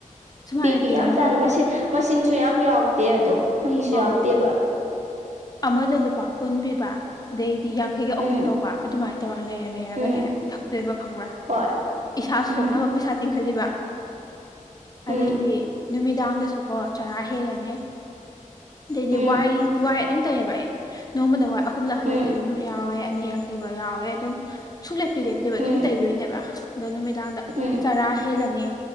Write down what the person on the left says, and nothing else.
ꯁꯨꯃꯥꯏꯅ
ꯄꯤꯀꯥꯟꯗꯐꯥꯎꯅꯦ
ꯑꯪ
ꯑꯃꯗ ꯂꯨꯄꯥ ꯀꯨꯟ ꯄꯤꯕ ꯑꯗꯩꯗꯤ ꯌꯥꯡꯈꯩꯒ ꯑꯍꯨꯝ
ꯇꯧꯕ ꯑꯗꯨꯃꯥꯏꯅ ꯇꯧꯔ ꯂꯩꯔ ꯂꯩꯔꯒꯅꯦ
ꯊꯛꯇꯣꯏꯕ ꯈꯪꯕ꯭ꯔꯥ
ꯏꯁꯥ
ꯁꯣꯛꯅꯕ ꯄꯩꯁꯥ ꯇꯤꯡꯍꯜꯂꯤꯕ
ꯑꯗꯩꯗꯤ ꯅꯨꯃꯤꯗꯥꯡꯗꯁꯨꯀꯣ ꯆꯔꯥ ꯍꯦꯜꯂꯅꯤ ꯑꯗꯩꯗꯤ
ꯋꯥꯏ ꯇꯩꯑꯕ ꯑꯩ ꯅꯣꯡꯃꯗ ꯋꯥꯏ ꯑꯍꯨꯝꯂꯛ ꯍꯍꯜꯂꯒ
ꯇꯩꯕ ꯑꯗꯨꯝ ꯌꯥꯎꯋꯦ ꯑꯅꯤꯔꯛꯛꯇꯩꯕ ꯌꯥꯎꯋꯦ ꯑꯗꯨꯝ ꯁꯨꯛꯂ ꯄꯤꯔꯦꯛꯇꯦꯕ
ꯑꯗꯨꯝ ꯇꯩꯗꯣꯏꯅꯦꯕ ꯑꯗꯣ ꯅꯨꯃꯤꯗꯥꯡꯗ
ꯆꯥꯔꯥ ꯍꯦꯜꯂꯅꯤ